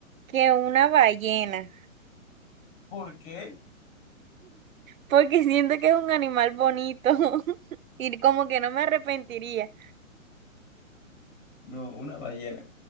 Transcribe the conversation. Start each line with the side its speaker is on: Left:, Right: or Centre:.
Right: que una ballena,
Left: ¿Por qué?
Right: porque siento que es un animal bonito <laughs> y como que no me arrepentiría.
Left: No, una ballena.